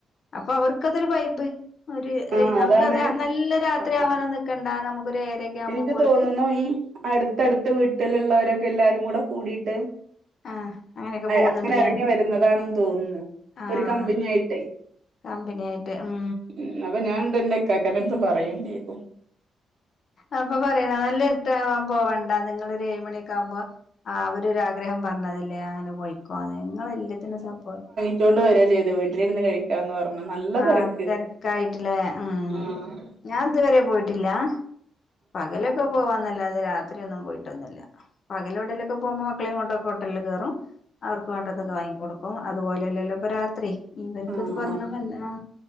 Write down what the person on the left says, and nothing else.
അപ്പൊ അവർക്ക് അതൊരു വൈബ് ഒരു
നമുക്ക്
അത് നല്ല രാത്രിയാവാനൊന്നു
നിക്കണ്ട നമുക്കൊ ഒരു ഏഴരയൊക്കെ ആവുമ്പോ
പോയിട്ട്
ആഹ് അങ്ങനെയൊക്കെ പോകുന്നുണ്ടല്ലേ
ആഹ്
കമ്പനി ആയിട്ട് ഉം
അപ്പൊ പറയണത് നല്ല ഇരുട്ടാവാൻ പോവണ്ട നിങ്ങളൊരു ഏഴ് മണിയൊക്കെ ആകുമ്പോ ആ അവരൊരാഗ്രഹം പറഞ്ഞതല്ലേ അങ്ങനെ പൊയിക്കോന്നിങ്ങനെല്ലാത്തിനും സപ്പോ
ആ
തെരക്കായിട്ടില്ലേ ഉം
ഞാൻ ഇതുവരെ പോയിട്ടില്ല പകലൊക്കെ പോവാന്നല്ലാതെ രാത്രിയൊന്നും പോയിട്ടൊന്നുല്ല പകല് എവിടെലൊക്കെ പോകുമ്പോ മക്കളെയും കൊണ്ട് ഹോട്ടലില് കയറും അവർക്കു വേണ്ടതൊക്കെ വാങ്ങി കൊടുക്കും അപ്പ അതുപോലല്ലല്ലോ ഇപ്പോ രാത്രി ഇവർക്ക്
ഇത് പറഞ്ഞ എന്നാ